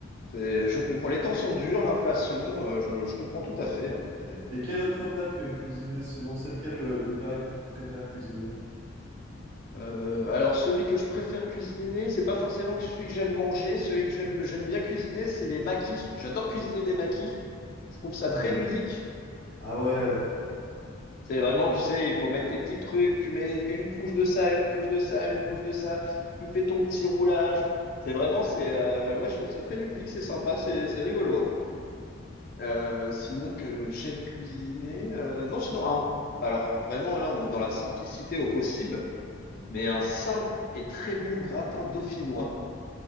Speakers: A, on the left; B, on the right.
A: C'est- Je comprends. Les temps sont durs, l'inflation, euh, je, je comprends tout à fait. hein, c'est-
B: Et quel autre plat tu aimes cuisiner sinon? C'est lequel le, le plat que tu préfères cuisiner?
A: Euh, alors, celui que je préfère cuisiner, c'est pas forcément que celui que j'aime manger. Celui que j'aime, j'aime bien cuisiner, c'est les maquis. J'adore cuisiner des maquis. Je trouve ça
B: Ah,
A: très
B: des...
A: ludique.
B: ah ouais.
A: C'est vraiment, tu sais, il faut mettre tes petits trucs, tu mets une couche de ça, une couche de ça, une couche de ça, tu fais ton petit roulage. C'est vraiment, c'est, euh, ouais, je trouve ça très ludique, c'est sympa, c'est, c'est rigolo. Euh, sinon que j'aime cuisiner, euh, non, sinon, un- alors vraiment là, on est dans la simplicité au possible, mais un simple et très bon gratin dauphinois,